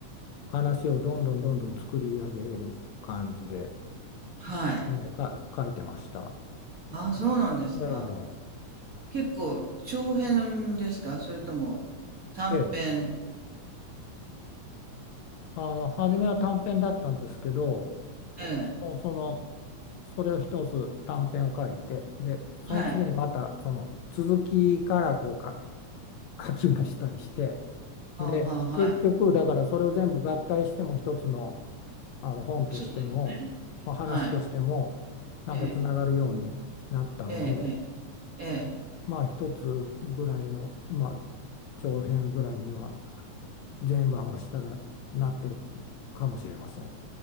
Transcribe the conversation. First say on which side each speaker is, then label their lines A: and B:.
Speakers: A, on the left; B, on the right.
A: 話をどんどんどんどん作り上げる感じで、
B: はい。
A: えーか、書いてました。
B: ああ、そうなんですか。
A: でええ
B: 結構長編ですかそれとも短編
A: ええあの、初めは短編だったんですけど、
B: ええ、
A: もうその、それを一つ短編を書いて、で、
B: はい。
A: その次にまたその続きからこうか書き出したりして、
B: ああ、
A: で、
B: はい。
A: 結局、だからそれを全部合体しても一つの、あの本としても、
B: そうですね。
A: まあ話としても、
B: はい。
A: なんかつながるようになったので、
B: ええ、ええ、ええ、ええ。
A: まあ一つぐらいの、まあ長編ぐらいには全部合わせたらなってるかもしれません。